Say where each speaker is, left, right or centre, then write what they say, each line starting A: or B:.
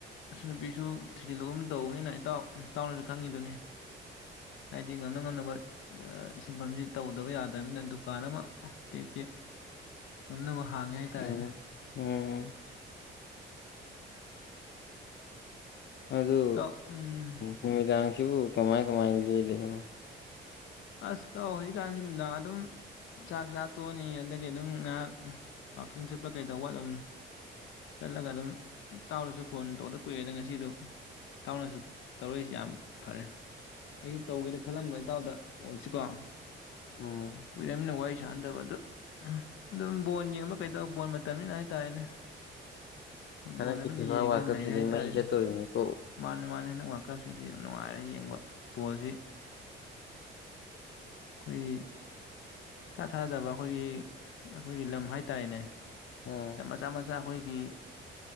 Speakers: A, on the left (about 80°); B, on the left (about 60°).
A: ꯑꯁꯨ ꯅꯨꯄꯤꯁꯨ ꯊꯤꯖꯤꯜꯂꯒꯨꯝ ꯇꯧꯕꯅꯤꯅ ꯏꯇꯥꯎ ꯏꯇꯥꯎꯅꯁꯨ ꯈꯪꯉꯤꯗꯨꯅꯤ ꯍꯥꯏꯗꯤ ꯉꯝꯅ ꯉꯝꯅꯕ ꯁꯤꯟꯐꯝꯁꯤ ꯇꯧꯗꯕ ꯌꯥꯗꯕꯅꯤꯅ ꯗꯨꯀꯥꯟ ꯑꯃ ꯇꯦꯛ ꯇꯦꯛ ꯉꯝꯅꯃꯛ ꯍꯥꯡꯉꯦ ꯍꯥꯏꯇꯥꯔꯦꯅꯦ
B: ꯎꯝ ꯎꯝ ꯑꯗꯨ
A: ꯏꯇꯥꯎ ꯎꯝ
B: ꯅꯨꯃꯤꯗꯥꯡꯁꯤꯕꯨ ꯀꯃꯥꯏ ꯀꯃꯥꯏꯅ ꯂꯦꯜꯂꯤꯅꯣ
A: ꯑꯁ ꯇꯧ ꯍꯧꯖꯤꯛꯀꯥꯟꯁꯤ ꯅꯨꯡꯗꯥꯡ ꯑꯗꯨꯝ ꯆꯥꯛ ꯆꯥ ꯇꯣꯛꯑꯅꯤ ꯑꯗꯒꯤ ꯑꯗꯨꯝ ꯉꯥꯏꯍꯥꯛ ꯋꯥꯀꯤꯡ ꯆꯠꯄ ꯀꯩꯗꯧꯕ ꯑꯗꯨꯝ ꯆꯠꯂꯒ ꯑꯗꯨꯝ ꯇꯥꯎꯔꯁꯨ ꯐꯣꯟ ꯇꯧꯕꯗ ꯀꯨꯏꯔꯦꯗ ꯉꯁꯤꯗꯨ ꯇꯥꯎꯅꯁꯨ ꯇꯧꯔꯛꯏꯁꯤ ꯌꯥꯝ ꯐꯔꯦ ꯑꯩꯁꯨ ꯇꯧꯒꯦꯗ ꯈꯜꯂꯝꯕ ꯏꯇꯥꯎꯗ ꯀꯣꯜꯁꯤ ꯀꯣ
B: ꯎꯝ
A: ꯀꯨꯏꯔꯃꯤꯅ ꯋꯥꯏ ꯄꯩꯁꯥ ꯍꯟꯊꯕ ꯑꯗꯨ ꯑꯗꯨꯝ ꯕꯣꯜ ꯌꯦꯡꯕ ꯀꯩꯗꯧꯕ ꯕꯣꯜ ꯃꯇꯝꯅꯤꯅ ꯍꯥꯏꯇꯥꯔꯦꯅꯦ ꯐꯨꯠꯕꯣꯜꯅ
B: ꯍꯟꯗꯛꯀꯤ
A: ꯑꯗꯨꯝ
B: ꯐꯤꯐꯥ
A: ꯌꯦꯡꯉꯒ
B: ꯋꯥꯔꯜ ꯀꯞꯁꯤꯗꯤ
A: ꯂꯩꯔꯦ ꯍꯥꯏꯇꯥꯔꯦꯅꯦ
B: ꯃꯩ ꯆꯠꯇꯣꯔꯤꯕꯅꯤꯀꯣ
A: ꯃꯥꯅꯦ ꯃꯥꯅꯦ ꯍꯟꯗꯛ ꯀꯞꯁꯤꯗꯤ ꯌꯥꯝ ꯅꯨꯡꯉꯥꯏꯔꯦ ꯌꯦꯡꯕ ꯕꯣꯜꯁꯤ ꯑꯩꯈꯣꯏꯒꯤ ꯊꯥ ꯊꯥꯗꯕ ꯑꯩꯈꯣꯏꯒꯤ ꯑꯩꯈꯣꯏꯒꯤ ꯂꯝ ꯍꯥꯏꯇꯥꯔꯦꯅꯦ
B: ꯎꯝ
A: ꯃꯆꯥ ꯃꯆꯥ ꯑꯩꯈꯣꯏꯒꯤ